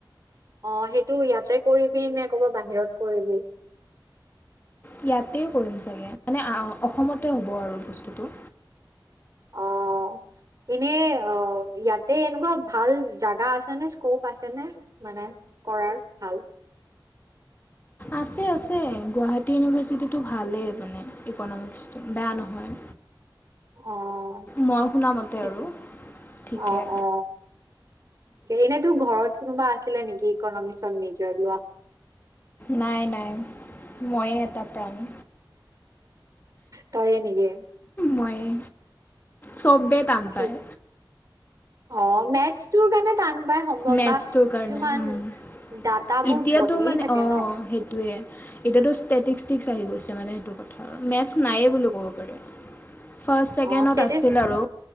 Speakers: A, on the right; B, on the left.
A: অ সেইটো ইয়াতে কৰিবি নে ক'বা বাহিৰত কৰিবি
B: ইয়াতে কৰিম চাগে মানে অসমতে হ'ব আৰু বস্তুটো
A: অ এনে অ ইয়াত তে এনেকুৱা ভাল জোগা আছে নে স্কপ আছে নে মানে কৰাৰ ভাল
B: আছে আছে গুৱাহাটী ইউনিভাৰ্চিটিটো ভালেই মানে ইকনমিক্সটো বেয়া নহয়
A: আহ
B: মই শুনামতে
A: ঠিক
B: আৰু ঠিকে
A: অ অ এনেতো ঘৰত কোনোবা আছিলে নেকি ইকনমিক্সত মেজৰ লোৱা
B: নাই নাই ময়ে এটা প্ৰাণী
A: তয়ে নেকি
B: মইয়ে চবে টান
A: ঠিক
B: পায়
A: অ মেথছটোৰ কাৰণে টান বাই সম্ভৱ
B: মেথছটোৰ
A: বা কিছুমান
B: কাৰণে
A: ডাটাবোৰ
B: এতিয়াতো
A: বদলি
B: মানে
A: থাকে
B: অ
A: ন
B: সেইটোৱে এতিয়াতো ষ্টেটষ্টিক আহি গৈছে মানে সেইটো কথা মেথছ নাইে বুলি কব পাৰি ফাৰ্ষ্ট ছেকেনত
A: অ ষ্টেটাছ
B: আছিল আৰু